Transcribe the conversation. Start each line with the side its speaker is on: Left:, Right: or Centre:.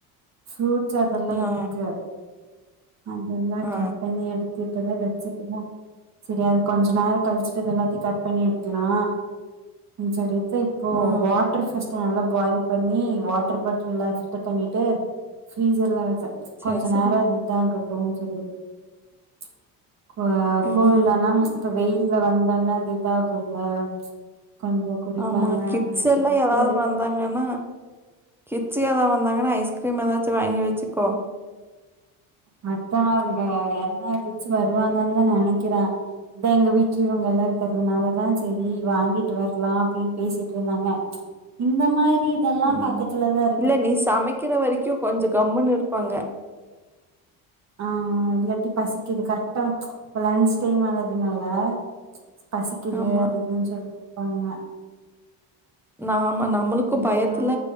Right: ஃப்ரூட்ஸ் அதெல்லா
Centre: ஆ,
Right: இருக்கு அந்தெல்லா
Centre: ஆ,
Right: கட் பண்ணி எடுத்து இப்பதா வச்சுட்டு தா செரி அது கொஞ்ச நேர கழிச்சுட்டு இத எல்லாத்தையு கட் பண்ணி எடுக்கலா ம் சரி தே இப்போ
Centre: ஆ.
Right: வாட்டர் ஃபர்ஸ்ட் டு நல்லா பாயில் பண்ணி வாட்டர் பாட்டில்ல பில்டர் பண்ணிட்டு ஃப்ரீஸர்லா வச்சிசே ம்ச்
Centre: சரி,
Right: கொஞ்சோ
Centre: சரி.
Right: நேரோ இருந்தாங்கட்டோன் சொல்லி ம்ச் குவ
Centre: ம்.
Right: கோல் தனம் ம்ச் இப்ப வெயில்ல வந்தன்னா இது இதாகுல்ல ம்ச் கொஞ்சோ குடிப்பாங்க
Centre: ஆமா கிட்ஸ்யெல்லா
Right: அப்டின் சொல்லிட்டு
Centre: ஏதாவது வந்தாங்கன்னா கிட்ஸ் ஏதா வந்தாங்கான ஐஸ்கிரீம் ஏதாச்சு வாங்கி வச்சிகோ
Right: மத்தவங்க என்ன கிட்ஸ் வருவாங்கன்னு நெனைக்கிறே இத எங்க வீட்லயு இவங்க எல்லா இருக்கிறதுனாலதா செரி வாங்கிட்டு வர்லா அப்டின்னு பேசிட்ருந்தாங்க ம்ச் இந்த மாரி இதெல்லா பாத்
Centre: ம்.
Right: பக்கதுலதார்ப்
Centre: இல்ல நீ சமைக்கிற வரைக்கு கொஞ்ச கம்முன்னு இருப்பாங்க
Right: ஆஆ இல்லாட்டி பசிக்குது கரெக்டா ம்ச் இப்ப லஞ்ச் டைம் ஆனதுனால ம்ச் பசிக்குது
Centre: ஆமா.
Right: அது இதுன்னு சொல்லிட்ருப்பாங்க
Centre: நாம நம்மளுக்கு
Right: அதா
Centre: பயத்துல